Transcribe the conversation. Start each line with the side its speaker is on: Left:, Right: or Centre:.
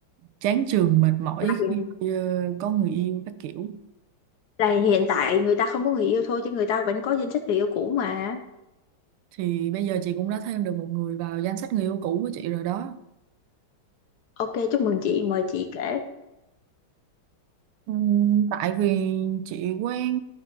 Right: chán chường mệt mỏi
Left: Hiện,
Right: khi ờ, có người yêu các kiểu.
Left: là hiện tại người ta không có người yêu thôi chứ người ta vẫn có danh sách người yêu cũ mà.
Right: Thì bây giờ chị cũng đã thêm được một người vào danh sách người yêu cũ của chị rồi đó.
Left: Ok chúc mừng chị mời chị kể.
Right: Ừm, Tại vì chị quen